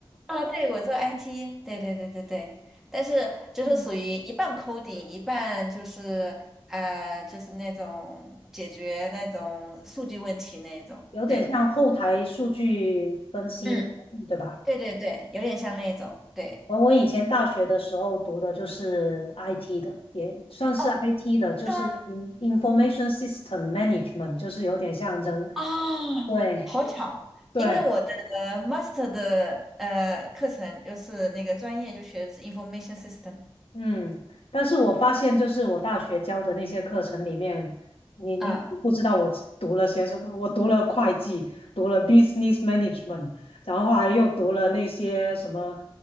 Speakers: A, in the centre; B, on the left.
A: 哦，对，我做 IT，对对对对对，但是就是属于一半
B: <laughs> 嗯
A: coding，一半就是呃，就是那种解决那种数据问题那种，
B: 有点像后台数据分析那种，
A: 对，嗯，
B: 对吧？
A: 对对对，有点像那种，对，
B: 我我以前大学的时候读的就是 IT 的，也算是
A: 哦，
B: IT 的，就是
A: 是吗？
B: in- Information System Management，就是有点像人，
A: 哦，
B: 对
A: 好巧，
B: 对，
A: 因为我的呃 master 的呃课程就是那个专业就学的是 information system，
B: 嗯，但是我发现，就是我大学教的那些课程里面，你你不知道我读了些什么，
A: 嗯
B: 我读了会计，读了 business management，然后还又读了那些什么